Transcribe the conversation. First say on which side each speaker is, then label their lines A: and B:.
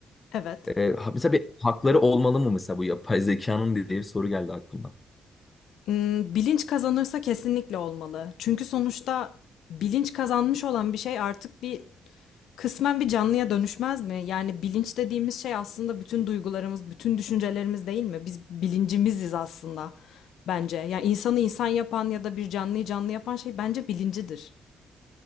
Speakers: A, on the left; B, on the left.
A: Evet.
B: Ee, ha- mesela bir hakları olmalı mı mesela bu yapay zekanın diye bir soru geldi aklıma.
A: Hmm, Bilinç kazanırsa kesinlikle olmalı. Çünkü sonuçta bilinç kazanmış olan bir şey artık bir kısmen bir canlıya dönüşmez mi? Yani bilinç dediğimiz şey aslında bütün duygularımız, bütün düşüncelerimiz değil mi? Biz bilincimiziz aslında bence. Yani insanı insan yapan ya da bir canlıyı canlı yapan şey bence bilincidir.